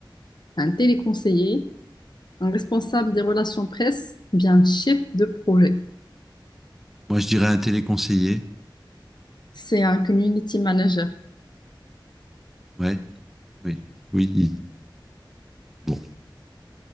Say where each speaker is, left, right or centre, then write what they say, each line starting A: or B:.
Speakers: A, on the left; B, in the centre.
A: un téléconseiller, un responsable des relations presse, ou bien un chef de projet?
B: Moi je dirais un téléconseiller.
A: C'est un community manager.
B: Ouais. Oui. Oui. il- Bon.